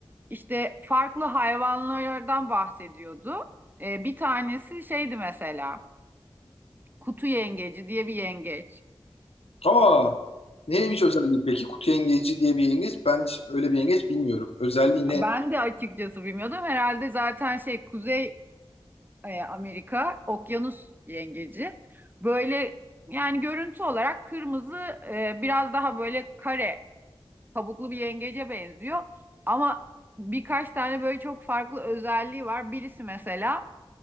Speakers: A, on the right; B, on the left.
A: İşte farklı hayvanlardan bahsediyordu. Ee, bir tanesi şeydi mesela kutu yengeci diye bir yengeç.
B: Aa, neymiş özelliği peki? Kutu yengeci diye bir yengeç. Ben hiç öyle bir yengeç bilmiyorum. Özelliği ne?
A: Ben de açıkçası bilmiyordum. Herhalde zaten şey Kuzey e, Amerika, okyanus yengeci. Böyle yani görüntü olarak kırmızı e, biraz daha böyle kare kabuklu bir yengece benziyor. Ama birkaç tane böyle çok farklı özelliği var. Birisi mesela